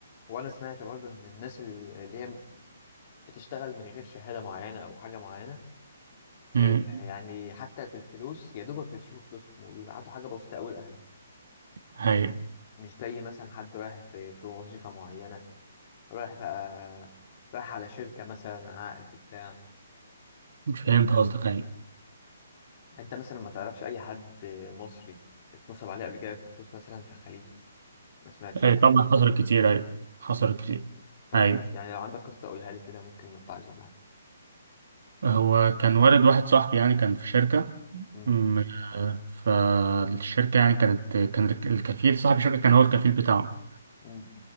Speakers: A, on the left; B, on the right.
A: وانا سمعت برضو ان الناس ال- اللي هي بتشتغل من غير شهادة معينة او حاجة معينة آه،
B: أمم
A: يعني حتى في الفلوس يا دوبك بيصرفوا فلوسهم وبيبعتوا حاجة بسيطة قوي لأهلهم
B: هي
A: مش زي مثلا حد رايح في في وظيفة معينة رايح بقى رايح على شركة مثلا عقد بتاع
B: فهمت قصدك هي
A: انت مثلا ما تعرفش اي حد مصري اتنصب عليه قبل كده في فلوس مثلا في الخليج ما سمعتش عن
B: أي، طبعا حصلت كتير هي حصلت
A: حاجة
B: كتير
A: طب
B: هي
A: يعني لو عندك قصة قولها لي كده ممكن نتعظ ولا حاجة
B: هو كان والد واحد صاحبي يعني كان في شركة
A: مم.
B: م- آه، فالشركة يعني كانت كان الكفيل صاحب الشركة كان هو الكفيل بتاعه
A: مم.